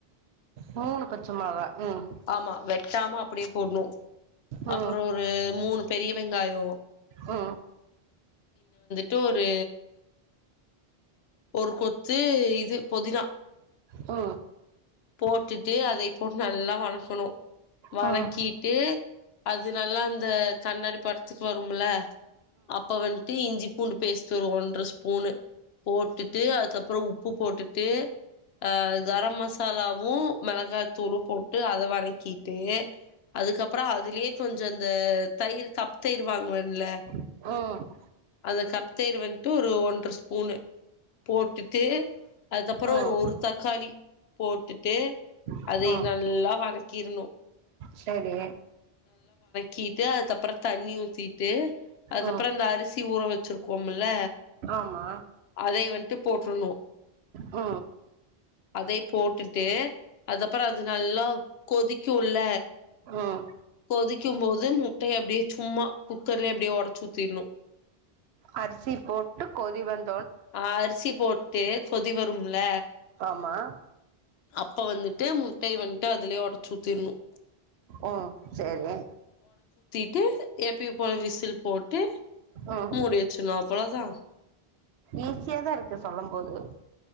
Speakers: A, on the right; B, on the left.
A: மூணு பச்ச மொளகா ம்
B: ஆமா வெட்டாம அப் அப்டியே போட்ணோ
A: ம்
B: அப்பறோ ஒரு மூணு பெரிய வெங்காயோ
A: ஆ
B: டு ஒரு ஒரு கொத்து இது பொதினா
A: ஆ
B: போட்டுட்டு அத இப் போட்டு நல்லா வளக்கணோ வதக்கீட்டு
A: ம் ம் ம்
B: அது இது நல்லா அந்த கண்ணாடி பட்த்துக்கு வரும்ல அப்ப வந்ட்டு இஞ்சி பூண்டு பேஸ்ட்டு ஒரு ஒன்ற ஸ்பூனு போட்டுட்டு அதுக்கப்பறம் உப்பு போட்டுட்டு அஹ் கர மாசலா மசாலாவும் மிளகாய்த்தூளும் போட்டு அத வதக்கிட்டு அதுக்கப்பறம் அதுலயே கொஞ்சம் இந்த தயிர் கப் தயிர் வாங்குவேன்லா
A: ம்
B: அந்த கப் தயிர் வந்துட்டு ஒரு ஒன்ற ஸ்பூனுு போட்டுட்டு அதுக்கப்பற
A: ம்
B: ஒரு ஒரு தக்காளி போட்டுட்டு
A: ம்
B: அதைய
A: ம்
B: நல்லா வணக் கிர்னும்
A: சரி
B: கீட்டு அதுக்கப்பறம் தண்ணி ஊத்திட்டு. அதுக்கப்பறம்
A: ம்
B: இந்த அருஸ் த்தி ஊற வச்சுருக்கோம்முல்ல
A: ஆமா
B: அதைய வந்ட்டு போட்டு ட்டுணூ
A: ஆ
B: அதே போட்டுட்டு அதுக்கப்பறோ அது நல்லா வ் கொதிக்குல்ல
A: உம்
B: கொதிக்கும் போது முட்டையை அப்டியே சும்மா குக்கர்லே அப்டியே ஒடச்சு ஊத்திட்ணும்.
A: அரிசி போட்டு கொதி வந்
B: ஆ அரிசி போட்டு கொதி வந் ரூம்ல
A: ஆமா
B: அப்ப வந்துட்டு முட்டையை வந்ட்டு அதுலே ஒடச்சு ஊத்திட்ணும்
A: உம் சரி
B: ட்டு எப்பியு போல விசில் போட்டு
A: ம்
B: மூடி வெச்சுர்னுப் வ்வளதா
A: ஈஸியாதா இருக்கு சொல்லும் போது